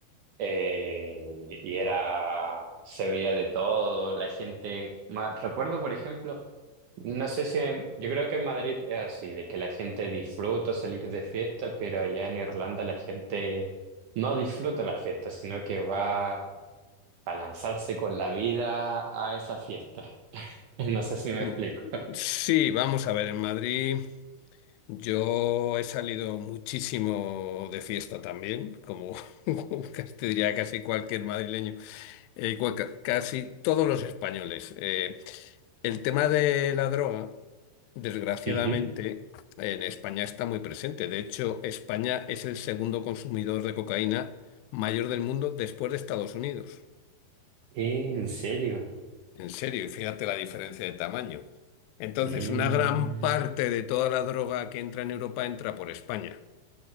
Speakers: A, on the right; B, on the left.
A: eh, y era, se veía de todo, la gente, ma- recuerdo por ejemplo, no sé si, yo creo que en Madrid es así, de que la gente disfruta salir de fiesta, pero allá en Irlanda la gente no disfruta la fiesta, sino que va a lanzarse con la vida a esa fiesta. <laughs> No sé si me
B: Mm,
A: explico. <laughs>
B: Sí, vamos a ver, en Madrid. Yo he salido muchísimo de fiesta también, como <laughs> casi- te diría casi cualquier madrileño, eh, cua- ca- casi todos los españoles. Eh, el tema de la droga, desgraciadamente,
A: Ujú.
B: en España está muy presente. De hecho, España es el segundo consumidor de cocaína mayor del mundo después de Estados Unidos.
A: Eh, ¿En serio?
B: En serio, y fíjate la diferencia de tamaño. Entonces,
A: Mm,
B: una gran parte de toda la droga que entra en Europa entra por España.